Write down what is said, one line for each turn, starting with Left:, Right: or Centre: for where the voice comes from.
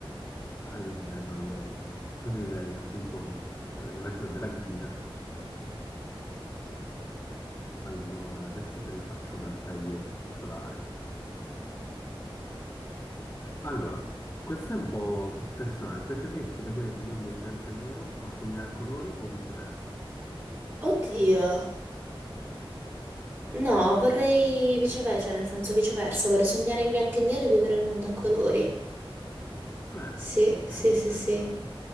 Left: Ah, yeah, dai, no, io preferirei appunto eh, il verso della gallina. Allora, adesso te ne faccio un'altra io particolare. Allora, questa è un po' personale. Preferiresti vedere il mondo in bianco e nero ma sognare a colori o viceversa?
Right: Oddio. No, vorrei viceversa, cioè nel senso viceversa, vorrei sognare in bianco e nero e vivere il mondo a colori.
Left: Eh,
Right: Sì,
Left: ok,
Right: sì,
Left: interessante.
Right: sì, sì.